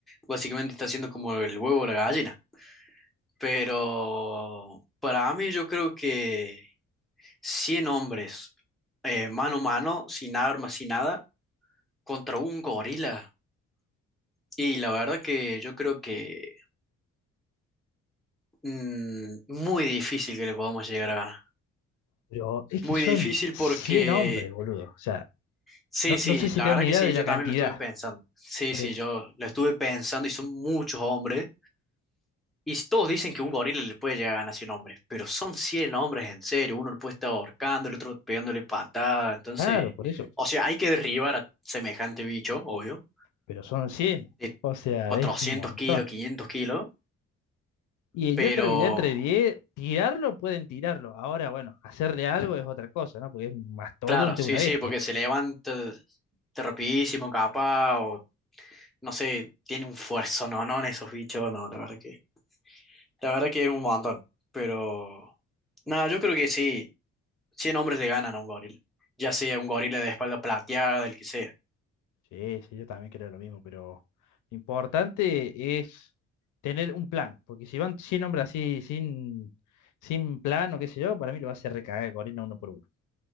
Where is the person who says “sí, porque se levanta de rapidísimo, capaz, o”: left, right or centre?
Centre